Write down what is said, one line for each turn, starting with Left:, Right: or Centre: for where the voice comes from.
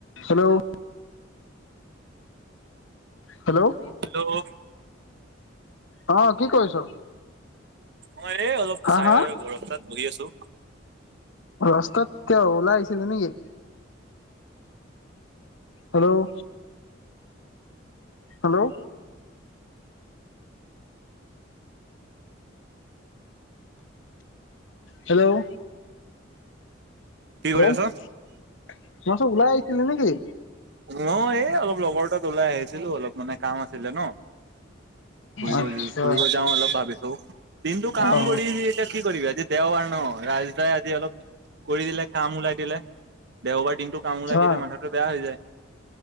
Left: Hello hello
Right: hello
Left: অ কি কৰিছ
Right: মই এই অলপ
Left: হা
Right: চাই
Left: হা
Right: ঘৰ তাত বহি আছো
Left: ৰাস্তাত কিয়া ওলাই আহিছিলি নেকি হেল্ল' হেল্ল' হেল্ল'
Right: কি
Left: হেল্ল'
Right: কৰি আছ?
Left: মই কৈছোঁ ওলাই আহিছিলি নেকি
Right: ন এই অলপ লগৰ তাত ওলাই আহিছিলো অলপ মানে কাম আছিলে ন ফুৰিব
Left: আচ্ছা
Right: ফুৰিব যাওঁ অলপ ভাবিচো দিনটো কাম
Left: অ
Right: কৰি এতিয়া কি কৰিবি আজি দেওবাৰ ন ৰাজ দাই আজি অলপ কৰি দিলে কাম ওলাই দিলে দেওবাৰ দিনটো কাম ওলাই
Left: অ
Right: মাথাটো বেয়া হৈ যায়